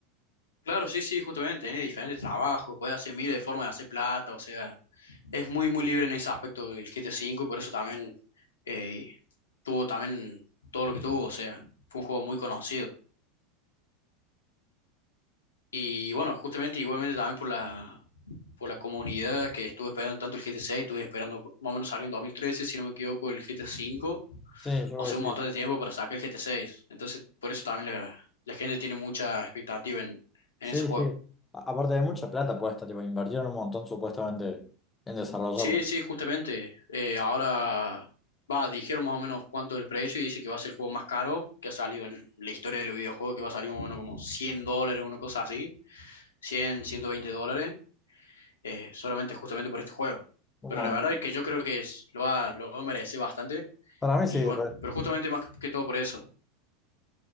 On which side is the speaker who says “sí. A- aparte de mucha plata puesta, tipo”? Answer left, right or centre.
Left